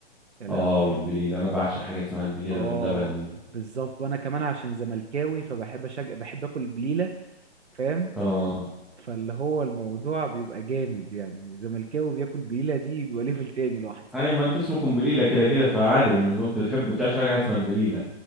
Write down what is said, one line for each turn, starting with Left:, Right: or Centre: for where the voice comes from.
Right: يا لهوي
Centre: اه والبليله انا بعشق حاجه اسمها البليله
Right: اه
Centre: باللبن دي
Right: بالظبط وانا كمان عشان زملكاوي فبحب أشج... بحب اكل بليله فاهم
Centre: اه
Right: فاللي هو الموضوع بيبقى جامد يعني زملكاوي بياكل بليله دي بيبقى ليفل تاني لوحده
Centre: اي ما انت اسمه قنبليله كده كده فعادي بالنسبه لك انت بتحبه تعشى حاجه اسمها البليله